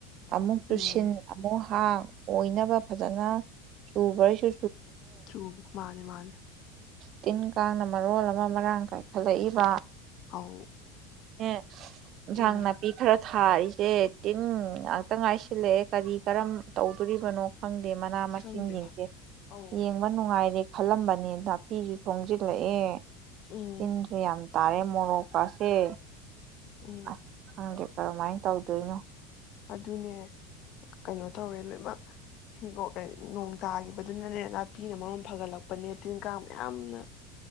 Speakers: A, on the right; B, on the left.
A: ꯑꯃꯨꯛ ꯇꯨꯁꯤꯟ
B: ꯎꯝ
A: ꯑꯃꯨꯛ ꯊꯥꯡ ꯑꯣꯏꯅꯕ ꯐꯖꯅ ꯆꯨꯕ꯭ꯔꯁꯨ
B: ꯆꯨꯕ ꯃꯥꯅꯦ ꯃꯥꯅꯦ
A: ꯇꯤꯟ ꯀꯥꯡꯅ ꯃꯔꯣꯜ ꯑꯃ ꯃꯔꯥꯡ ꯀꯥꯏꯈꯠꯂꯛꯏꯕ
B: ꯑꯧ
A: ꯅꯦ ꯏꯟꯁꯥꯡ
B: ꯎꯝ
A: ꯅꯥꯄꯤ ꯈꯔ ꯊꯥ ꯊꯔꯤꯁꯦ ꯇꯤꯟ ꯉꯥꯛꯇ ꯉꯥꯏꯁꯤꯜꯂꯛꯑꯦ ꯀꯔꯤ ꯀꯔꯝ ꯇꯧꯗꯣꯔꯤꯕꯅꯣ ꯈꯪꯗꯦ ꯃꯅꯥ ꯃꯁꯤꯡ
B: ꯈꯪꯗꯦ
A: ꯌꯦꯡꯗꯦ
B: ꯑꯧ
A: ꯌꯦꯡꯕ ꯅꯨꯡꯉꯥꯏꯔꯦ ꯈꯜꯂꯝꯕꯅꯦ ꯅ ꯅ ꯄꯤꯁꯨ ꯁꯣꯡꯁꯤꯜꯂꯛꯑꯦ
B: ꯎꯝ
A: ꯆꯤꯟꯁꯦ ꯌꯥꯝ ꯇꯔꯦ ꯃꯔꯣꯛ ꯀ ꯑꯦ
B: ꯎꯝ
A: ꯑꯁ ꯈꯪꯗꯦ ꯀꯔꯝꯃꯥꯏꯅ ꯇꯧꯗꯣꯏꯅꯣ
B: ꯑꯗꯨꯅꯦ ꯀꯩꯅꯣ ꯇꯧꯔꯦ ꯂꯣꯏꯃꯛ ꯍꯤꯒꯣꯛ ꯑꯦ ꯅꯣꯡ ꯇꯥꯈꯤꯕꯗꯨꯅꯅꯦ ꯅꯥꯄꯤꯅ ꯃꯔꯣꯝ ꯐꯒꯠꯂꯛ ꯄꯅꯦ ꯇꯤꯟ ꯀꯥꯡ ꯃꯌꯥꯝꯅ